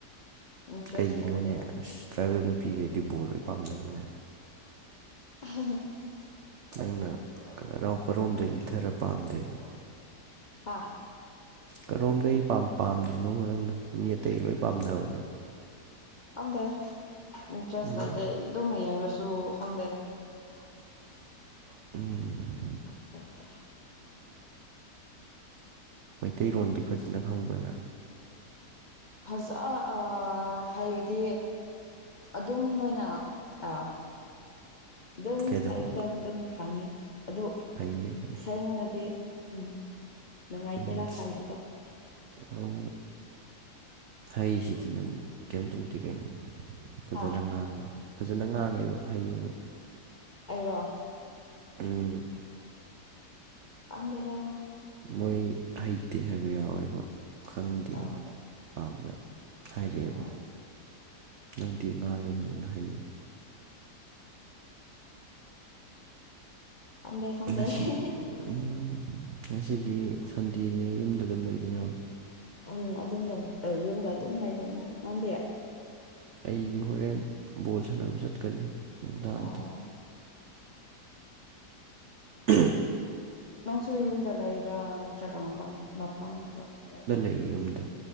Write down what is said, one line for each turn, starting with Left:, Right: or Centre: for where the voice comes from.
Left: ꯎꯝ ꯏꯟꯇꯔꯦꯁ
Right: ꯀꯩꯒꯤꯅꯣꯅꯦ
Left: ꯂꯩꯇꯦ
Right: ꯑꯁ ꯇ꯭ꯔꯥꯏꯕꯦꯜ ꯅꯨꯄꯤꯒꯩꯗꯤ ꯕꯣꯜ ꯂꯣꯏ ꯄꯥꯝꯅꯕꯅꯦ
Left: <unintelligible>
Right: ꯅꯪꯅ ꯀꯔꯥꯎ ꯀꯔꯣꯝꯗꯩ ꯂꯤꯠꯊꯔ ꯄꯥꯝꯗꯔ꯭ꯤꯅꯣ
Left: ꯑꯥ
Right: ꯀꯔꯣꯝꯗꯩꯩ ꯄꯥꯝ ꯄꯥꯝꯗ꯭ꯔꯤꯅꯣꯕ ꯅꯪꯅ ꯃꯤ ꯑꯇꯩ ꯂꯣꯏ ꯄꯥꯝꯅꯕꯅꯦ
Left: ꯈꯪꯗꯦ ꯏꯟꯇꯔꯦꯁ
Right: ꯎꯝ
Left: ꯂꯩꯇꯦ ꯏꯗꯨꯝ ꯌꯦꯡꯔꯁꯨ ꯈꯪꯗꯦ
Right: ꯎꯝ
Left: <inaudible>
Right: ꯃꯩꯇꯩꯔꯣꯟꯗꯤ ꯐꯖꯅ ꯈꯪꯕ꯭ꯔ ꯅ
Left: ꯐꯖ ꯑꯥ ꯍꯥꯏꯕꯗꯤ ꯑꯗꯨꯝ ꯅꯣꯏꯅ ꯑ ꯗꯨꯝ
Right: ꯀꯩꯗꯧꯔꯕ
Left: ꯍꯩꯕꯗꯣ ꯗꯨꯝ ꯈꯥꯡꯉꯦ ꯑꯗꯨ
Right: ꯐꯩꯅꯦ ꯐꯩ
Left: ꯁꯦꯡꯅꯗꯤ ꯎꯝ ꯅꯨꯡꯉꯥꯏꯇꯦꯗ
Right: ꯎꯝ
Left: ꯍꯥꯏꯕꯗꯣ
Right: ꯑꯣ ꯍꯩꯁꯤꯗꯤ ꯅꯪ ꯀꯩꯝ ꯇꯧ <unintelligible> ꯀꯩꯅꯣ ꯐꯖꯅ
Left: ꯍꯥ
Right: ꯉꯥꯡꯉꯦ ꯐꯖꯅ ꯉꯥꯡꯉꯦꯕ ꯍꯩꯌꯦꯕ
Left: ꯑꯩꯔꯣ
Right: ꯎꯝ
Left: ꯈꯪꯗꯦꯗ
Right: ꯃꯣꯏ ꯍꯩꯇꯦ ꯍꯥꯏꯕ ꯌꯥꯎꯋꯦꯕ ꯈꯪꯗꯦꯅ
Left: ꯑꯣ
Right: ꯄꯥꯛꯅ ꯍꯥꯏꯔꯛꯑꯦꯕ
Left: ꯑꯣ
Right: ꯅꯪꯗꯤ ꯉꯥꯡꯉꯦ ꯐꯖꯅ ꯍꯩꯌꯦ
Left: ꯈꯪꯗꯦ ꯈꯪꯗꯦ
Right: ꯉꯁꯤ
Left: <unintelligible>
Right: ꯎꯝ ꯉꯁꯤꯗꯤ ꯁꯟꯗꯦꯅꯤ ꯌꯨꯝꯗ ꯑꯗꯨꯝ ꯂꯩꯗꯣꯏꯔꯣ
Left: ꯎꯝ ꯑꯗꯨꯝꯗ ꯌꯨꯝꯗ ꯑꯗꯨꯝ ꯂꯩꯗꯣꯏꯅꯤ ꯅꯪꯗꯤ
Right: ꯑꯩꯗꯤ ꯍꯣꯔꯦꯟ ꯕꯣꯜ ꯁꯥꯟꯅꯕ ꯆꯠꯀꯅꯤ ꯅꯨꯡꯗꯥꯡꯗ
Left: ꯑꯣ
Right: ꯎꯝꯍꯨꯝ
Left: ꯅꯪꯁꯨ ꯌꯨꯝꯗ ꯂꯩꯕ꯭ꯔꯥ ꯅꯠꯇ꯭ꯔꯒ ꯃꯄꯥꯝ ꯃꯄꯥꯝꯗ <unintelligible> ꯂꯩꯕ꯭ꯔꯥ
Right: ꯑꯩ ꯌꯨꯝꯗ